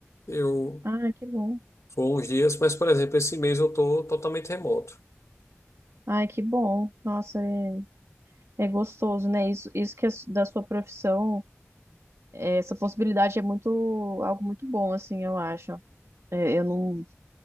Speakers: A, on the left; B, on the right.
A: Eu
B: Ah, que bom.
A: vou uns dias, mas, por exemplo, esse mês eu estou totalmente remoto.
B: Ai, que bom. Nossa, é, é gostoso, né? Isso, isso que é s- da sua profissão, é, essa possibilidade é muito, algo muito bom, assim, eu acho. É, eu não,